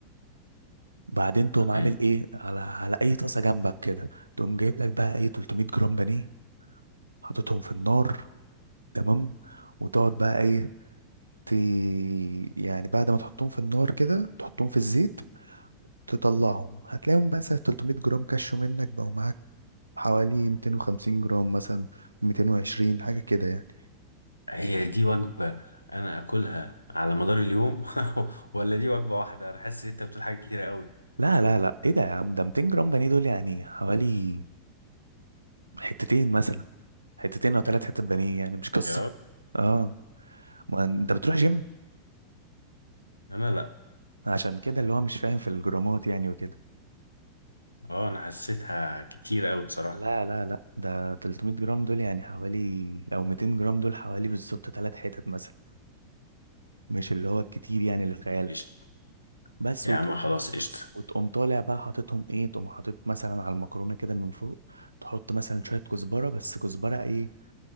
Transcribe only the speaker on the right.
بعدين تقوم
عامل ايه على على اي طاسه جنبك كده تقوم جايب لك بقى ايه 300 جرام بانيه حاططهم في النار تمام وتقعد بقى ايه ت... يعني بعد ما تحطهم في النار كده تحطهم في الزيت تطلعهم هتلاقيهم بس 300 جرام كشوا منك بقوا معاك حوالي 250 جرام مثلا 220 حاجه كده يعني
لا لا لا ايه ده يا عم ده 200 جرام بانيه دول يعني حوالي حتتين مثلا حتتين او ثلاث حتت بانيه يعني مش قصه
اه ما انت
بتروح جيم
عشان كده اللي هو مش فاهم في الجرامات يعني وكده
لا لا لا ده 300 جرام دول يعني حوالي او 200 جرام دول حوالي بالظبط ثلاث حتت مثلا مش اللي هو الكتير يعني اللي في خيالك
بس
وتقوم
وتقوم طالع بقى حاططهم ايه تقوم حاطط مثلا على المكرونه كده من فوق تحط مثلا شويه كزبره بس كزبره ايه